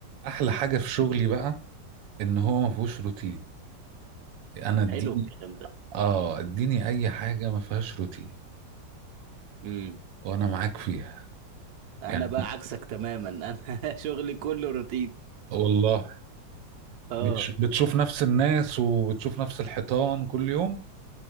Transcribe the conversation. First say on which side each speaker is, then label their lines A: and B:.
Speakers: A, on the right; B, on the right.
A: احلى حاجه في شغلي بقى ان هو ما فيهوش روتين انا اديني
B: حلو الكلام ده
A: اه اديني اي حاجه ما فيهاش روتين
B: امم
A: وانا معاك فيها
B: انا
A: يعني
B: بقى عكسك تماما انا <laughs> شغلي كله روتين
A: والله
B: اه
A: بتش... بتشوف نفس الناس وبتشوف نفس الحيطان كل يوم